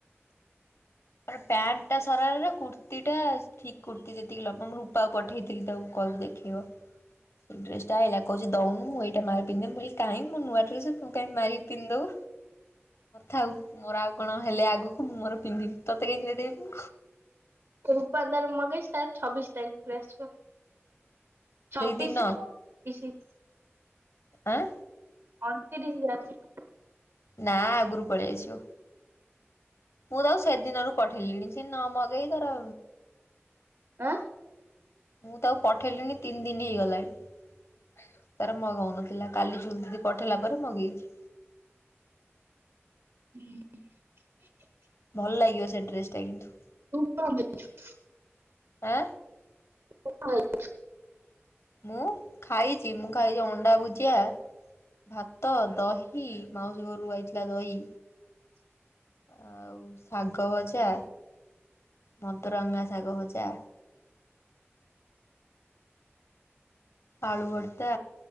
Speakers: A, on the left; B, on the right.
A: ମ ପ୍ୟାଣ୍ଟ ଟା ସରାରରେ କୁର୍ତ୍ତିଟା ଠିକ କୁର୍ତ୍ତି ଯେତିକି ଲମା ମୁ ରୂପାକୁ ପଠେଇଥିଲି ତାକୁ କହିଲେ ଦେଖେଇବ। ସେ ଡ୍ରେସ ଟା ଆଇଲା କହୁଚି ଦଉନୁ ମୁଁ ଏଇଟା ମାରି ପିନ୍ଧି ମୁଁ କହିଲି କାହିଁ ମୋ ନୂଆ ଡ୍ରେସ ତୁ କାହିଁ ମାରିକି ପିନ୍ଧି ଦବୁ ଥାଉ ମୋର ଆଉ କଣ ହେଲେ ଆଗକୁ ମୁଁ ମୋର ପିନ୍ଧିବି। ତତେ କାଇଁ ଦେଇଦେବି?
B: ରୂପା ତାର ମଗେଇଛି ତାର ଛବିଷ ତାରିଖରେ ଆସିବ।
A: ସେଇଦିନ
B: ଛବିଶି ବା ଛବିଶୀ
A: ଆଁ?
B: ଅଣତିରିଶ ଆସିବ।
A: ନା ଆଗରୁ ପଳେଇ ଆସିବ। ମୁଁ ତ ଆଉ ସେଦିନରୁ ପଠେଇଲିଣି ସେ ନ ମଗେଇ ତାର
B: ଆଁ
A: ମୁଁ ତାକୁ ପଠେଇଲିଣିି ତିନି ଦିନ ହେଇଗଲାଣି ତାର ମଗଉନଥିଲା କାଲି ଝୁଲ ଦିଦି ପଠେଇଲା ପରେ ମଗେଇଛି।
B: ହୁଁ।
A: ଭଲ ଲାଗିବ ସେ ଡ୍ରେସ୍ ଟା କିନ୍ତୁ
B: ତୁ କଣ କରୁଛୁ?
A: ଆ
B: <inaudible>
A: ମୁଁ ଖାଇଚି ମୁଁ ଖାଇଚି ଅଣ୍ଡା ଭୁଜିଆ ଭାତ ଦହି ମାଉସୀ ଘରୁ ଆଇଥିଲା ଦହି। ଆଉ ଶାଗ ଭଜା ମତରଙ୍ଗା ଶାଗ ଭଜା ଆଳୁ ଭର୍ତ୍ତା